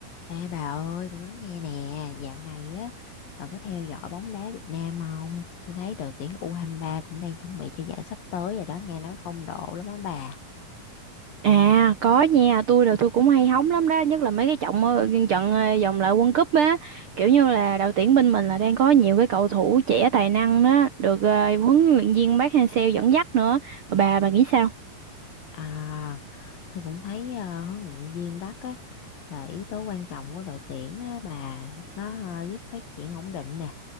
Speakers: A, on the left; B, on the right.
A: Ê bà ơi, tôi nói nghe nè, dạo này á, bà có theo dõi bóng đá Việt Nam không? Tôi thấy đội tuyển U23 cũng đang chuẩn bị cho giải sắp tới rồi đó, nghe nói phong độ lắm á bà.
B: À có nha, tôi là tôi cũng hay hóng lắm đó, nhất là mấy cái trận ờ, trận ờ, vòng loại World Cup á, kiểu như là đội tuyển bên mình là đang có nhiều cái cầu thủ trẻ tài năng đó, được ờ, huấn luyện viên Park Hang-seo dẫn dắt nữa. Bà bà nghĩ sao?
A: À, tôi cũng thấy ờ, huấn luyện viên Bắc á, là yếu tố quan trọng của đội tuyển á, bà, nó ờ, giúp phát triển ổn định nè.